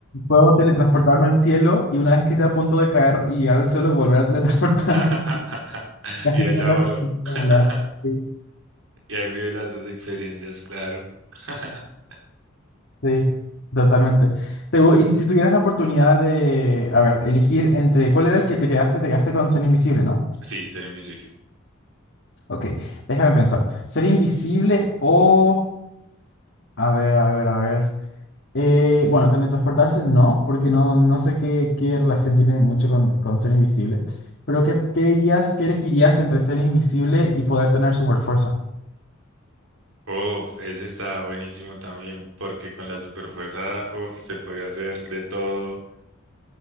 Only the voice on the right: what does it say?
<laughs>
Y allá
voló.
<laughs>
Y ahí vive las dos experiencias, claro. <laughs>
Sí, ser invisible.
Uf, ese está buenísimo también, porque con la superfuerza, uf, se podría hacer de todo.